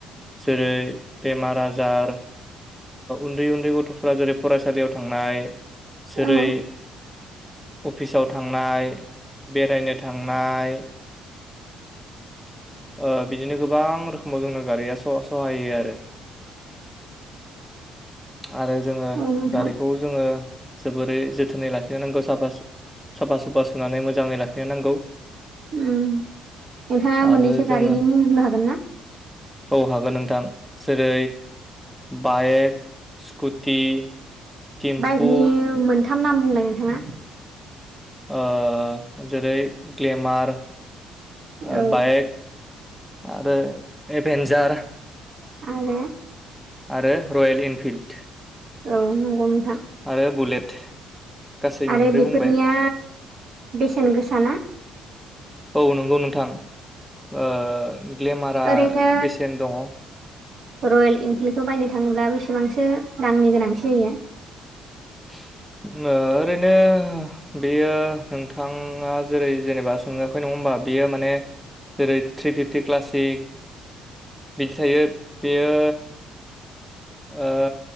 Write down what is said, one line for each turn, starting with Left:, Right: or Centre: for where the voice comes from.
Centre: जेरै बेमार आजार उन्दै उन्दै गथ'फ्रा जेरै फरायसालियाव थांनाय जेरै
Right: औ
Centre: अफिसाव थांनाय बेरायनो थांनाय ओ बिदिनो गोबां रोखोमाव जोंनो गारिया स- सहाय होयो आरो आरो जोङो
Right: औ नोंथां
Centre: गारिखौ जोङो जोबोरै जोथोनै लाखिनो नांगौ साफा साफा सुफा सुनानै मोजाङै लाखिनो नांगौ
Right: ओम नोंथाङा
Centre: आरो
Right: मोननैसो
Centre: जोङो
Right: गारिनि मुं बुंनो हागोन ना?
Centre: औ हागोन नोंथां जेरै बाइक स्कुटि टिम्फु
Right: बाइकनि मोनथाम नाम बुंलाय नोंथाङा
Centre: ओ जेरै ग्लेमार ओ
Right: औ
Centre: बाइक आरो इभेनजार
Right: आरोे
Centre: आरो रयेल इनफिल्ड
Right: औ नंगौ नोंथां
Centre: आरो बुलेट गासै
Right: आरो
Centre: मोनब्रै
Right: बेफोरनिया
Centre: बुंबाय
Right: बेसेन गोसा ना
Centre: औ नंगौ नोंथां ओ ग्लेमारा
Right: ओरैनो
Centre: बेसेन दङ
Right: रयेल इनफिल्डखौ बायनो थाङोब्ला बेसेबांसो रांनि गोनांथि जायो?
Centre: <inaudible> ओ ओरैनो बेयो नोंथाङा जेरै जेनेबा सोंङाखै नङा होनबा बियो माने जेरै थ्रि फिफ्टि क्लासिक बिदि थायो बेयो ओ